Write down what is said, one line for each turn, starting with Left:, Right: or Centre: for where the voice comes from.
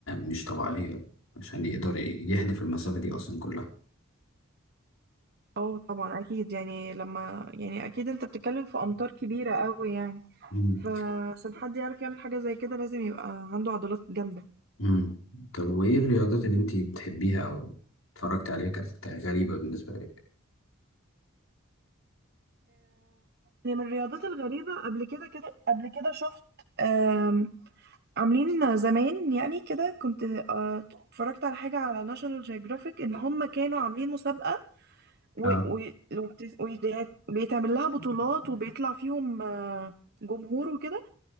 Left: مش طبيعية عشان يقدر يهدف المسافة دي أصلا كلها
Right: اه طبعا اكيد يعني لما يعني اكيد انت بتتكلم في امتار كبيرة قوي يعني
Left: مم.
Right: فعشان حد يعرف يعمل حاجة زي كده لازم يبقى عنده عضلات جامدة
Left: مم. طب وإيه الرياضات اللي أنتي بتحبيها أو اتفرجت عليها كانت غريبة بالنسبة لك؟
Right: يعني من الرياضات الغريبة قبل كده كده قبل كده شفت آم، عاملين زمان يعني كده كنت آه، اتفرجت على حاجة على ناشونال جيوغرافيك ان هم كانوا عاملين مسابقة و...
Left: اه
Right: و... وبت- وبيتعمل لها بطولات وبيطلع فيهم آه، جمهور وكده